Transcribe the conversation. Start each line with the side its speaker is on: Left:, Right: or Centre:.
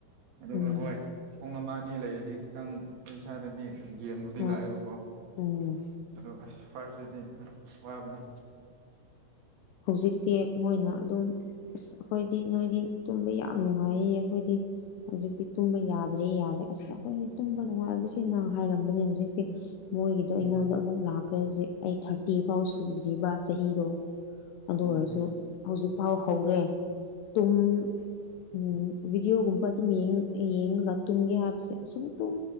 Right: ꯑꯗꯨꯒ
Left: ꯎꯝ
Right: ꯍꯣꯏ ꯄꯨꯡ ꯑꯃ ꯑꯅꯤ ꯂꯩꯔꯗꯤ ꯈꯤꯇꯪ ꯑꯩꯈꯣꯏ ꯏꯁꯥꯗꯗꯤ ꯌꯦꯟꯕꯨꯗꯤ
Left: ꯍꯣꯏ
Right: ꯂꯥꯛꯑꯦꯕꯀꯣ
Left: ꯎꯝ
Right: ꯑꯗꯣ ꯑꯁ ꯐꯥꯔꯁ ꯇꯗꯤ ꯎꯝ ꯋꯥꯕꯅꯤ
Left: ꯍꯧꯖꯤꯛꯇꯤ ꯃꯣꯏꯅ ꯑꯗꯨꯝ ꯑꯁ ꯑꯩꯈꯣꯏꯗꯤ ꯅꯣꯏꯗꯤ ꯇꯨꯝꯕ ꯌꯥꯝ ꯅꯨꯡꯉꯥꯏꯌꯦ ꯑꯩꯈꯣꯏꯗꯤ ꯍꯧꯖꯤꯛꯇꯤ ꯇꯨꯝꯕ ꯌꯥꯗ꯭ꯔꯦ ꯌꯥꯗ꯭ꯔꯦ ꯑꯁ ꯑꯩꯈꯣꯏ ꯇꯨꯝꯕ ꯅꯨꯡꯉꯥꯏꯕꯁꯤꯅ ꯍꯥꯏꯔꯝꯕꯅꯦ ꯍꯧꯖꯤꯛꯇꯤ ꯃꯣꯏꯒꯤꯗꯣ ꯑꯩꯉꯣꯟꯗ
Right: ꯎꯝ
Left: ꯑꯃꯨꯛ ꯂꯥꯛꯈ꯭ꯔꯦ ꯍꯧꯖꯤꯛ ꯑꯩ ꯊꯥꯔꯇꯤ ꯐꯥꯎ ꯁꯨꯗ꯭ꯔꯤꯕ ꯆꯍꯤꯗꯣ ꯑꯗꯨ
Right: ꯎꯝ
Left: ꯑꯣꯏꯔꯁꯨ ꯍꯧꯖꯤꯛꯐꯥꯎ ꯍꯧꯔꯦ ꯇꯨꯝ ꯎꯝ ꯕꯤꯗꯤꯑꯣꯒꯨꯝꯕ ꯑꯗꯨꯝ ꯌꯦꯡꯉꯒ ꯇꯨꯝꯒꯦ ꯍꯥꯏꯕꯁꯦ ꯁꯨꯛꯇꯨꯝ